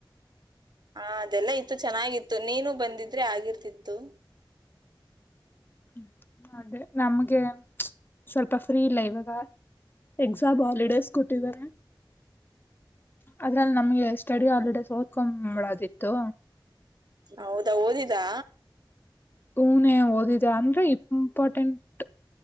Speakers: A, on the right; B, on the left.
A: ಹಾ ಅದೆಲ್ಲ ಇತ್ತು ಚೆನ್ನಾಗಿತ್ತು ನೀನು ಬಂದಿದ್ರೆ ಆಗಿರ್ತಿತ್ತು
B: ಹ್ಮ ಅದೆ ನಮ್ಗೆ ಸ್ವಲ್ಪ ಫ್ರೀ ಇಲ್ಲ ಇವಾಗ ಎಕ್ಸಾಮ್ ಹಾಲಿಡೇಸ್ ಕೊಟ್ಟಿದ್ದಾರೆ ಅದ್ರಲ್ಲಿ ನಮ್ಗೆ ಸ್ಟಡಿ ಹಾಲಿಡೇಸ್ ಓದಕೊಂಬಳದಿತ್ತು
A: ಹೌದಾ ಓದಿದಾ
B: ಊ ನೀ ಓದಿದೆ ಅಂದ್ರೆ ಇಂಪಾರ್ಟೆಂಟ್